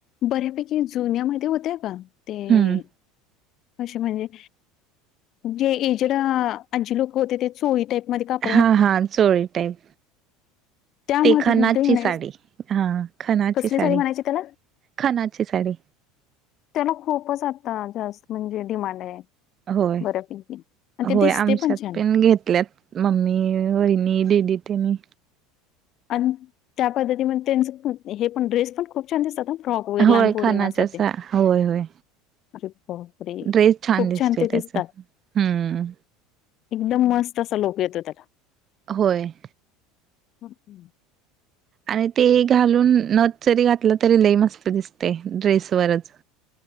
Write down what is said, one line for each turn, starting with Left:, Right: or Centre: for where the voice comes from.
Left: बर्यापैकी जुन्यामध्ये होत्या का ते.
Right: हम्म
Left: असे म्हणजे जे एजड आजी लोकं होते. ते चोळी टाईप मध्ये काप
Right: हा हा चोळी टाईप.
Left: त्यामध्ये
Right: ते खनाची
Left: नाही
Right: साडी हा खनाची
Left: कसली
Right: साडी.
Left: म्हणायची त्याला?
Right: खनाची साडी.
Left: त्याला खूपच आता जास्त म्हणजे डिमांड आहे.
Right: होय
Left: बऱ्यापैकी आणि ते
Right: होय
Left: दिसते
Right: आमच्यात
Left: छान
Right: पण घेतल्यात. ममी वैनी दीदी त्यांनी
Left: आणि त्या पद्धती म त्यांच हे पण ड्रेस पण खूप छान दिसतात ना फ्रॉक वगैरे
Right: होय
Left: लहानपोरीन
Right: खनाच्या
Left: असतात
Right: सा
Left: ते
Right: होय होय
Left: अरे री
Right: ड्रेस
Left: खूप
Right: दिसतोय
Left: छान ते दिसतात.
Right: त्याचा हम्म
Left: एकदम मस्त असा लुक येतो त्याला.
Right: होय.
Left: हमम <unintelligible>
Right: आणि ते घालून नथ जरी घातलं तरी लय मस्त दिसते ड्रेसवरच.